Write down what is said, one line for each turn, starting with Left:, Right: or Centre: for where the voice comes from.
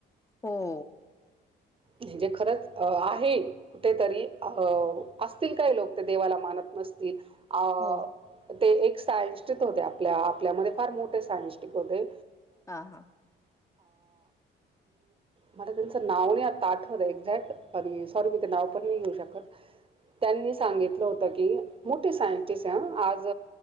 Left: हो.
Right: म्हणजे खरंच अ. आहे कुठेतरी अ. असतील काय लोक ते देवाला मानत नसतील अ.
Left: हो
Right: ते एक सायनस्टिक होते. आपल्या आपल्यामध्ये फार मोठे सायनस्टिक होते.
Left: हा. हा.
Right: मला त्यांचं नाव नाही आठवत. आठवत एक्झॅक्ट आणि सॉरी मी ते नावं पण नाही घेऊ शकतं. त्यांनी सांगितलं होतं की मोठे सायंटिस्ट आहे आज